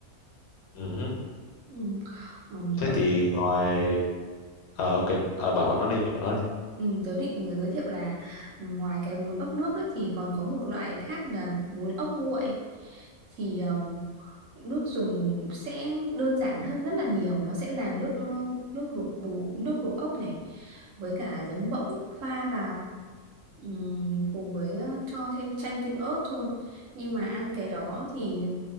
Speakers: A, on the left; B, on the right.
A: Ừ. hứ.
B: Ừm, ừm, ở
A: thế thì ngoài à, ok à, bạn bạn nói đi bạn nói đi
B: Ừ, tớ định giới thiệu là ừ, ngoài cái bún ốc nước ấy, thì còn có một loại khác là bún ốc nguội thì um, nước dùng sẽ đơn giản hơn rất là nhiều nó sẽ là nước nước luộc bù nước luộc ốc này với cả giấm bỗng pha vào Ừm, cùng với ờ, cho thêm chanh tim ớt thôi nhưng mà ăn cái đó thì